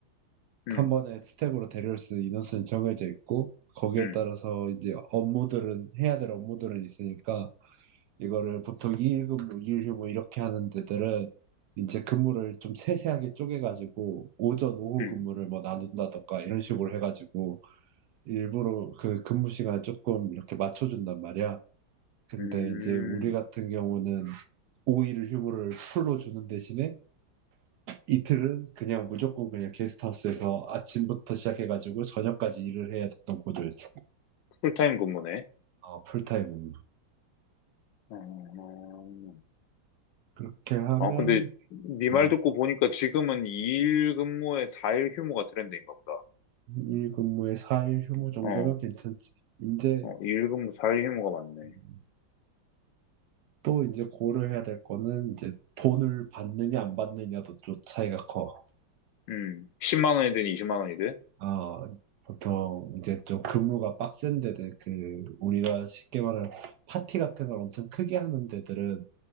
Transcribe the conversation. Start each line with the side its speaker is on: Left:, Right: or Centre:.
Left: 음,
Right: 한 번에 스텝으로 데려올 수 있는 인원수는 정해져 있고 거기에
Left: 음,
Right: 따라서 이제 업무들은 해야 될 업무들은 있으니까 이거를 보통 2일 근무2휴무 이렇게 하는 데들은 이제 근무를 좀 세세하게 쪼개가지고 오전, 오후
Left: 음.
Right: 근무를 뭐 나눈다던가 이런 식으로 해가지고 일부러 그 근무 시간 조금 이렇게 맞춰준단 말이야. 근데
Left: 음,
Right: 이제 우리 같은 경우는 5일 휴무를 풀로 주는 대신에 이틀은 그냥 무조건 그냥 게스트하우스에서 아침부터 시작해가지고 저녁까지 일을 해야 됐던 구조였어.
Left: 풀타임 근무네.
Right: 어, 풀타임으로.
Left: 음,
Right: 그렇게 하면
Left: 아, 근데 네 말
Right: 음,
Left: 듣고 보니까 지금은 2일 근무에 4일 휴무가 트렌드인가 보다.
Right: 2일 근무에 4일 휴무 정도면
Left: 어,
Right: 괜찮지. 이제
Left: 어, 2일 근무 4일 휴무가 맞네.
Right: 음, 또 이제 고려해야 될 거는 이제 돈을 받느냐 안 받느냐도 좀 차이가 커.
Left: 음, 10만 원이든 20만 원이든?
Right: 어, 보통 이제 좀 근무가 빡센 데들 그 우리가 쉽게 말하는 파티 같은 걸 엄청 크게 하는 데들은